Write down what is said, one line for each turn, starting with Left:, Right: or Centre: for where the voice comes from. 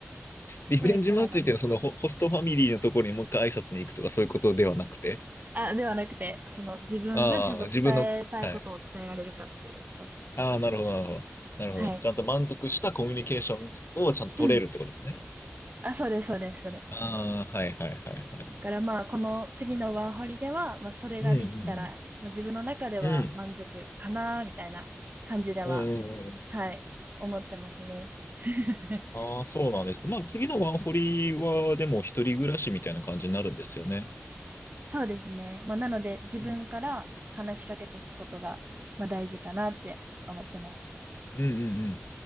Left: リベンジマッチっていうのは、
Right: これからだな。
Left: そのホ、ホストファミリーのところにもう一回挨拶に行くとか、そういうことではなくて。
Right: あ、ではなくて、その自分がちゃんと伝えたいことを伝えられるかっていう。
Left: ああ、自分の、はい。
Right: そうそうそう。
Left: ああ、なるほど、なるほど。なるほど。
Right: はい。
Left: ちゃんと満足したコミュニケーションをちゃんと取れるってことですね。
Right: うん。あ、そうです、そうです、そうです。
Left: ああ、はいはいはいはい。
Right: だからまあ、この次のワーホリでは、まあ、それができたら、
Left: うん
Right: まあ、自分の中では満足かな、
Left: うん
Right: みたいな感じでは、
Left: うん。うん。うんうんうん。
Right: はい、思ってますね。<laughs>
Left: ああ、そうなんですね。まあ、次のワンホリは、でも一人暮らしみたいな感じになるんですよね。
Right: そうですね。まあ、なので、自分から話しかけていくことが、
Left: うん
Right: まあ、大事かなって思ってます。
Left: うんうんうん。